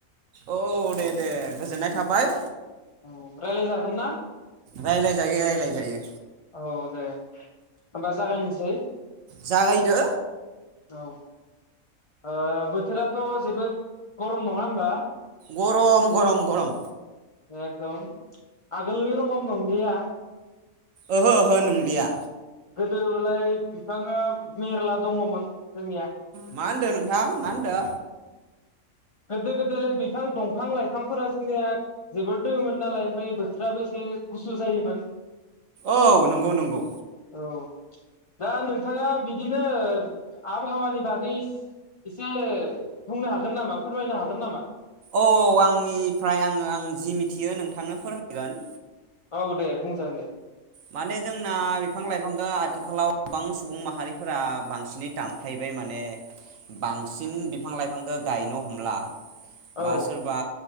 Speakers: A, on the right; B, on the left.
A: औ दे दे गोजोननाय थाबाय।
B: औ, रायलाय जागोन ना?
A: रायलायजायो रायलायजायो
B: औ दे होमबा जागायनोसै?
A: जागायदो
B: औ ओ बोथोराथ जोबोद गरम नङा होमबा
A: गरम गरम गरम
B: एगदम आगोलनि रकम नंलिया
A: ओहो ओहो नंलिया
B: गोदोलाय बिफाङा मेरला दङमोन। जोंनिया
A: मा होनदो नोंथाङा मा होनदो?
B: गोदो गोदोलाय बिफां, दंफां लाइफांफोरा जोंनिया जोबोर दोङोमोन नालाय ओमफ्राय बोथोराबो एसे गुसु जायोमोन।
A: औ नोंगौ नोंगौ
B: औ दा नोंथाङा बिदिनो आबहावानि बागै एसे बुंनो हागोन नामा? फोरमायनो हागोन नामा?
A: औ औ आंनिफ्राय आङो आं जि मिथियो नोंथांनो फोरमायगोन।
B: औ दे बुंंजागोन दे।
A: माने जोंना बिफां लाइफांखौ आथिखालाव गोबां सुबुं माहारिफोरा बांसिनै दानफायबाय माने बांसिन बिफां लाइफांखौ गायनो हमला बा
B: औ
A: सोरबा